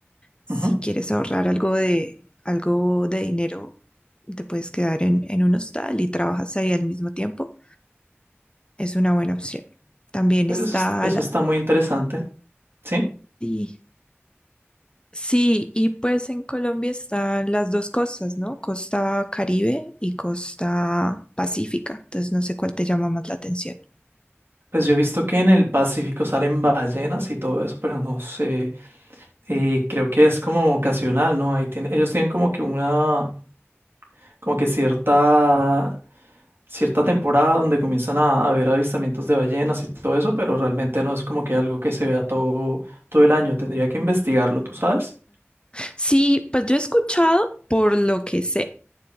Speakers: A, on the left (about 20°); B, on the right (about 55°).
A: Si
B: ujú.
A: quieres ahorrar algo de, algo de dinero, te puedes quedar en, en un hostal y trabajas ahí al mismo tiempo. Es una buena opción. También
B: Pues,
A: está
B: eso
A: la...
B: está muy interesante, ¿sí?
A: Sí, sí, y pues en Colombia están las dos costas, ¿no? Costa Caribe y costa Pacífica. Entonces no sé cuál te llama más la atención.
B: Pues yo he visto que en el Pacífico salen ballenas y todo eso, pero no sé, eh, creo que es como ocasional, ¿no? Ahí tiene, ellos tienen como que una, como que cierta, cierta temporada donde comienzan a a haber avistamientos de ballenas y todo eso, pero realmente no es como que algo que se vea todo, todo el año. Tendría que investigarlo, ¿tú sabes?
A: Sí, pues yo he escuchado, por lo que sé,